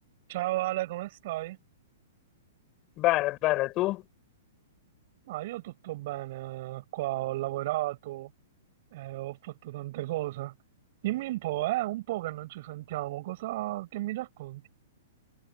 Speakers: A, on the right; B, on the left.
A: Ciao Ale, come stai?
B: Bene, bene, tu?
A: Ah, io tutto bene, qua ho lavorato, eh, ho fatto tante cose. Dimmi un po', eh, un po' che non ci sentiamo, cosa che mi racconti?